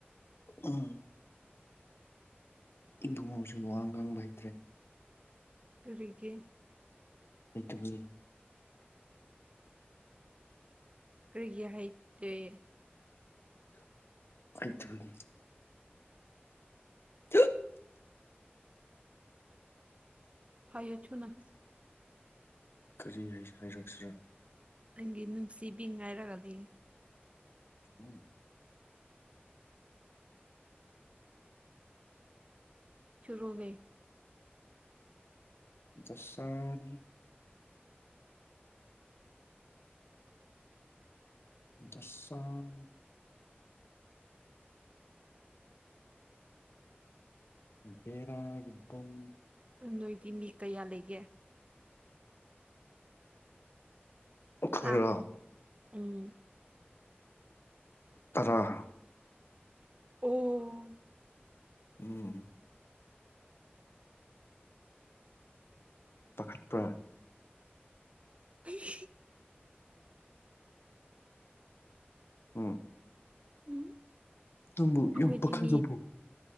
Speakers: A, on the left; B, on the right.
A: ꯎꯝ ꯏꯪꯊꯧ ꯉꯁꯤꯡ ꯋꯥ ꯉꯥꯡꯕ ꯍꯩꯇ꯭ꯔꯦ
B: ꯀꯔꯤꯒꯤ
A: ꯑꯗꯨꯕꯨ
B: ꯀꯔꯤꯒꯤ ꯍꯩꯇꯦ
A: ꯍꯩꯇꯕꯒꯤ <unintelligible>
B: ꯍꯥꯏꯌꯨ ꯊꯨꯅ
A: ꯀꯔꯤ ꯍꯥꯏꯔꯛꯁꯤꯔꯥ
B: ꯅꯪꯒꯤ ꯅꯨꯡꯁꯤꯕꯤ ꯉꯥꯏꯔꯒ ꯂꯩ
A: <unintelligible>
B: ꯊꯨꯔꯣꯅꯦ
A: ꯗꯁꯥꯅꯤ ꯗꯁꯝ ꯕꯦꯔꯥꯒꯤ ꯕꯣꯝ
B: ꯅꯣꯏꯗꯤ ꯃꯤ ꯀꯌꯥ ꯂꯩꯒꯦ
A: ꯑꯩꯈꯣꯏꯔꯣ
B: ꯍꯥꯥ ꯎꯝ
A: ꯇꯥꯔꯥ
B: ꯑꯣ
A: ꯎꯝ ꯄꯥꯈꯠꯄ꯭ꯔꯥ
B: ꯑꯁ
A: ꯎꯝ
B: ꯎꯝ
A: ꯅꯪꯕꯨ
B: ꯑꯩꯈꯣꯏꯗꯤ
A: ꯌꯥꯝ ꯄꯥꯈꯠꯂꯕꯣ
B: ꯃꯤ